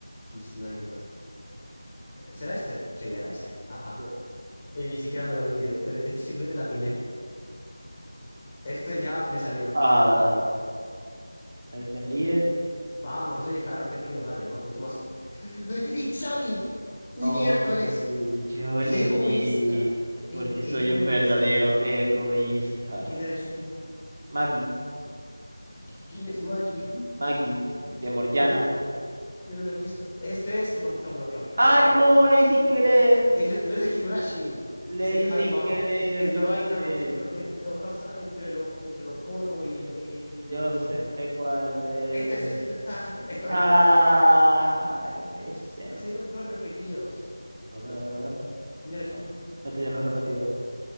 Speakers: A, on the left; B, on the right.
A: Sniper, ¿será este? Sí, era este, ajá,
B: Sí.
A: y ni siquiera me lo vi, este, este simplemente la atiné, este ya me salió.
B: Ah, verdad. El Fenliet.
A: Vamos, esto ya está repetido, dale, ma- necesito más. ¡Itzagi! ¡Miércoles!
B: Oh, sí, yo
A: ¡Egoísta!
B: le di.
A: El
B: Porque
A: egoísta.
B: soy un verdadero egoísta.
A: ¿Quién eres tú?
B: Maggie,
A: ¿Quién es Maki?
B: Maggie,
A: <laughs>
B: de Morgiana.
A: ¿Qué? Yo no lo he visto. Este es. No, nunca me lo voy a ver,
B: Ay,
A: ¿ok?
B: no, leí sin querer.
A: Dice- No es de Higurashi.
B: Leí
A: Dice Kai
B: sin
A: Mao.
B: querer,
A: Esta
B: yo
A: vaina
B: sé.
A: rosa entre lo, entre, o raza entre lo, entre lo porno y, lo- y, y
B: Yo
A: un anime
B: sé
A: normal.
B: cuál es.
A: Este es. <laughs> ah, esta
B: Ah,
A: vez no me vas a vencer.
B: no puede ser.
A: Están saliendo puros repetidos.
B: A ver, a ver, a ver.
A: ¿Quién eres
B: No,
A: tú?
B: esto ya no es repetido.